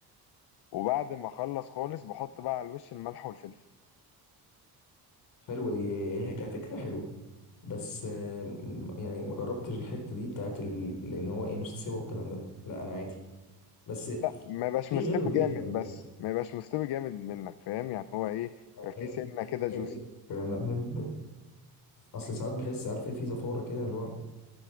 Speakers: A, on the left; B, on the left.
A: وبعد ما اخلص خالص بحط بقى على الوش الملح والفلفل
B: حلوة دي هي, هي كفكرة حلوة بس آم، يعني ما جربتش الحتة دي بتاعت ال- إن هو إيه نص سوا والكلام ده لا أنا عادي بس
A: لا ما يبقاش
B: في
A: مستوي
B: غير البيض
A: جامد
B: خلي بالك
A: بس ما يبقاش مستوي جامد منك فاهم يعني هو ايه يبقى
B: هي
A: في سنه
B: دي
A: كده جوسي
B: الفكرة. أنا بحب اصل ساعات بحس عارف إيه، في زفاره كده اللي هو